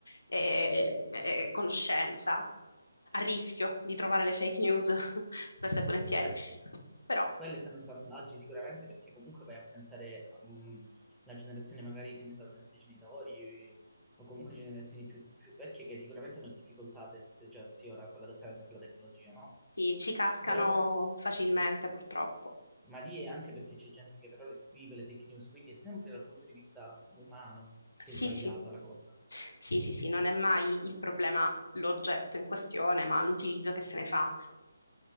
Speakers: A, on the left; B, in the centre.
A: e, e conoscenza, a rischio di trovare le fake news <laughs> spesso e volentieri,
B: Certo,
A: però
B: quelli sono svantaggi sicuramente perché comunque vai a pensare alla generazione magari che ne so, dei nostri genitori o comunque generazioni più, più vecchie che sicuramente hanno difficoltà ad essere già ora con l'adattamento alla tecnologia, no?
A: sì, ci cascano
B: Però,
A: facilmente purtroppo.
B: ma lì è anche perché c'è gente che però le scrive le fake news, quindi è sempre dal punto di vista umano che
A: Sì,
B: è sbagliata
A: sì,
B: la cosa.
A: sì, sì, sì, non è mai il problema l'oggetto in questione, ma l'utilizzo che se ne fa.